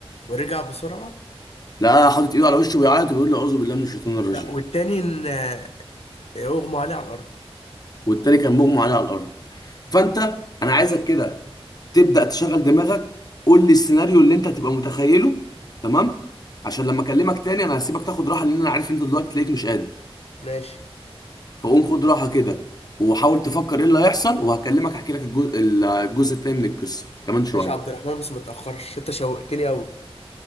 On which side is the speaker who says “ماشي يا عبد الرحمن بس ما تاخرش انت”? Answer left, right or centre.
Left